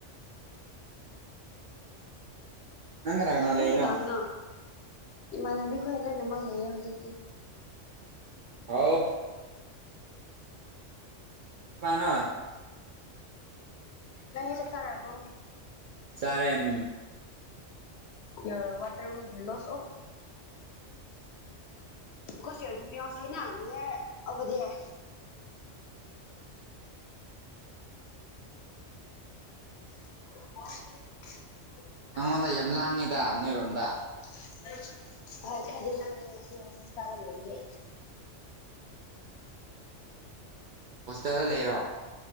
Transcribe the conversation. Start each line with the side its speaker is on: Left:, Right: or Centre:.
Right: ꯅꯪ ꯀꯅꯥ ꯀꯅꯥ
Left: ꯅꯪ
Right: ꯂꯩꯔꯤꯅꯣ
Left: ꯀꯩꯗꯧꯔꯤꯅꯣ ꯏꯃꯥꯟꯅꯕꯤ ꯈꯣꯢ ꯂꯣꯏ ꯅꯃꯛ ꯂꯩꯌꯦ ꯍꯧꯖꯤꯛꯇꯤ
Right: ꯍꯥꯎ ꯄꯥꯅ
Left: ꯅꯪꯗꯤ ꯆꯥꯛ ꯆꯔꯕꯣ
Right: ꯆꯔꯦꯝ
Left: ꯌꯣꯔ ꯋꯇ꯭ꯔ ꯋꯤꯜꯕꯤ ꯂꯣꯁ ꯑꯣ ꯕꯤꯀꯣꯁ ꯌꯣꯔ ꯀꯤꯄꯤꯡ ꯑꯥꯎꯠ ꯁꯥꯢꯠꯅ ꯅꯦ꯭ꯌꯔ ꯑꯣꯕ꯭ꯔ ꯗꯤꯌꯔ <unintelligible>
Right: ꯅꯪꯉꯣꯟꯗ ꯌꯥꯝ ꯂꯥꯡꯉꯤꯗ ꯅꯣꯏꯔꯣꯝꯗ
Left: <unintelligible>
Right: ꯍꯣꯁꯇꯦꯜꯗ ꯂꯩꯔꯣ